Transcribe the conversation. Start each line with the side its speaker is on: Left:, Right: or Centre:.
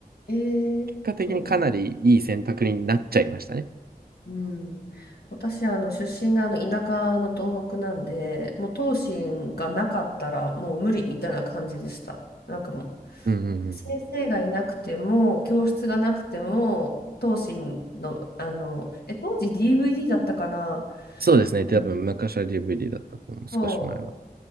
Left: えー、
Right: 結果的にかなりいい選択になっちゃいましたね。
Left: そうなんだうん、私あの出身があの田舎の東北なんでもう東進がなかったらもう無理みたいな感じでしたなんかもう
Right: うんうんうんうん。
Left: 先生がいなくても教室がなくても東進のあのえ当時 DVD だったかな
Right: そうですね。多分、
Left: で
Right: 昔は DVD だったと思う、少し前は。
Left: そ